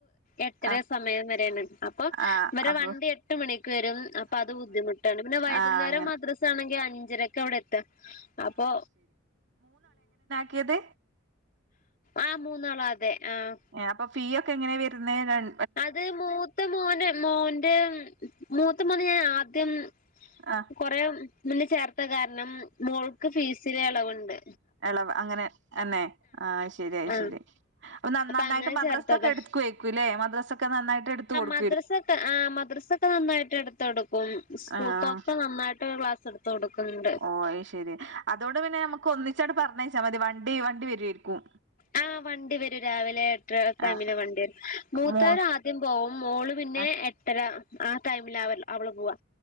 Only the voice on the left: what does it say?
എട്ടര
സമയം വരെയാണ്ണ്ട് അപ്പൊ
വരെ
വണ്ടി എട്ട് മണിക്ക് വരും അപ്പൊ അത് ബുദ്ധിമുട്ട് ട്ടാണ് പിന്നെ വൈകുന്നേരം
മദ്രസ ആണെങ്കി അഞ്ചര ക്ക അവിടെ എത്താ അപ്പൊ
ആഹ് മൂന്നാളോ അതെ ആഹ്
അത് മൂത്ത മോന് മോന്റെ മൂത്ത മോന് ഞാൻ ആദ്യം
കൊറെ മുന്നേ ചേർത്ത കാരണം മോൾക്ക് ഫീസില് എളവുണ്ട്
ആ
അങ്ങനെ
ചേർത്തതാ
മദ്രസ
ഒക്കെ ആ മദ്രസൊക്കെ നന്നായിട്ട് എടുത്ത് കൊടുക്കും സ്കൂളത്തൊക്കെ
നന്നായിട്ട് ക്ലാസ് എടുക്കും ത്തുകൊടുക്കുന്നുണ്ട്
ആഹ് വണ്ടി വരും രാവിലെ എട്ടര ടൈ
വണ്ടി വരും മൂത്തവർ
ആദ്യം പോവും മോള് പിന്നെ
പിന്നെ ആ ടൈമിൽ അവ അവള് പോവാ